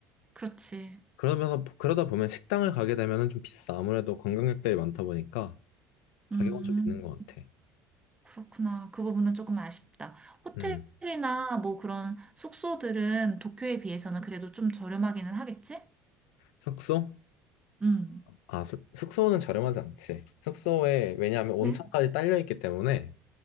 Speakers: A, on the right; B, on the left.
A: 그렇지.
B: 그러면서, 그러다 보면 식당을 가게 되면은 좀 비싸. 아무래도 관광객들이 많다 보니까
A: 음.
B: 가격은 좀 있는 것 같아.
A: 그렇구나. 그 부분은 조금 아쉽다. 호텔이나
B: 음.
A: 뭐 그런 숙소들은 도쿄에 비해서는 그래도 좀 저렴하기는 하겠지?
B: 숙소?
A: 음.
B: 아, 숙- 숙소는 저렴하지 않지. 숙소에, 왜냐하면 온천까지
A: 네.
B: 딸려 있기 때문에